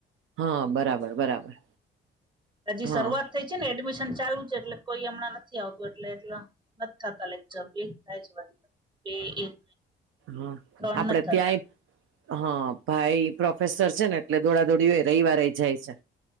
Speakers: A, on the right (about 80°); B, on the right (about 25°).
A: હા બરાબર બરાબર.
B: હજી
A: હા
B: શરૂઆત થઈ છે ને એડમિશન ચાલુ છે એટલે કોઈ હમણાં નથી આવતું એટલે એટલે નથ થતા લેક્ચર એક થાય છે બે એક
A: હા
B: ત્રણ
A: આપડે
B: નથી થતા
A: ત્યાંય હ ભાઈ પ્રોફેસર છે ને એટલે દોડા દોડી હોય રવિવારે ય જાય છે.